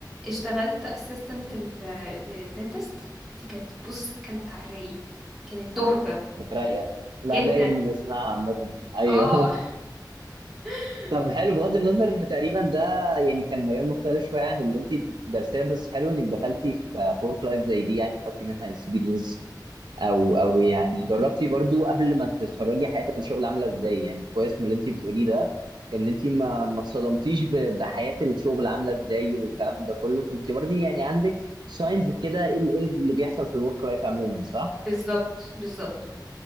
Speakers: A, in the centre; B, on the right (about 75°).
A: اشتغلت اسيستنت للدنتست دي كانت بص كانت على الرايق كانت تحفة
B: رايقه لا
A: جدا
B: باين من اسمها عامة ايوه
A: اه
B: <laughs>
A: <laughs>
B: طب حلو بغض النظر ان تقريبا ده يعني كان مجال مختلف شويه عن اللي انت درسيه بس حلو انك دخلتي في فورك لايف زي دي يعني خدتي منها اكسبيرينس او او يعني جربتي برضو قبل ما تتخرجي حياه الشغل عامله ازاي يعني كويس من اللي انت بتقوليه ده ان انت ما ما اتصدمتيش ب- بحياه الشغل عامله ازاي والكلام ده كله كنت برضي يعني عندك ساينز كده ايه ال- إيه اللي بيحصل في الورك لايف عموما صح؟
A: بالظبط بالظبط